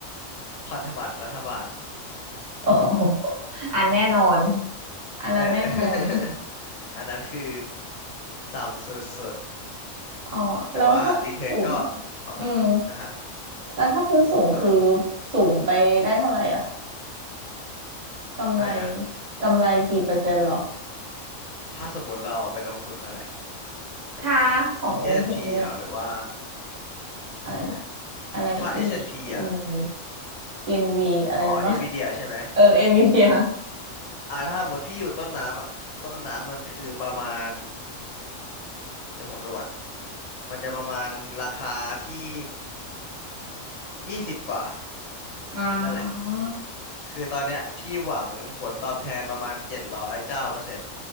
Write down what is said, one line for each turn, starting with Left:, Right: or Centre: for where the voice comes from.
Left: พันธบัตรรัฐบาล
Right: โอ้โหอันแน่นอนอันนั้นแน่นอน
Left: เออ <laughs> อันนั้นคือต่ำสุด
Right: อ๋อแล้วถ้าพุ่งสูง
Left: ๆแต่ว่ารีเทิร์นก็ประมาณหนึ่งอ่ะฮะ
Right: อืมแล้วถ้าพุ่งสูงคือ
Left: ทำไมพี่
Right: สูงไปได้เท่าไหร่อะกำไร
Left: อะไรนะ
Right: กำไรกี่เปอร์เซ็นต์เหรอ
Left: ถ้าสมมุติเราไปลงทุนอะไร
Right: ถ้าของลงทุนอันเนี้ย
Left: S&P เหรอหรือว่า
Right: อะไรนะอะไร
Left: ถ้า S&P
Right: E
Left: อสแอนด์พีอ่ะ
Right: N V E N V อะไรนะวะ
Left: อ๋อ Nvidia ใช่ไหม
Right: เออ NVIDIA
Left: อ่าถ้าสมมติพี่อยู่ต้นน้ำอ่ะต้นน้ำมันคือประมาณเดี๋ยวผมดูก่อนมันจะประมาณราคาที่ยี่สิบกว่า
Right: อ่า
Left: นั่นแหละ คือตอนเนี้ยพี่หวังผลตอบแทนประมาณเจ็ดร้อยเก้าเปอร์เซ็นต์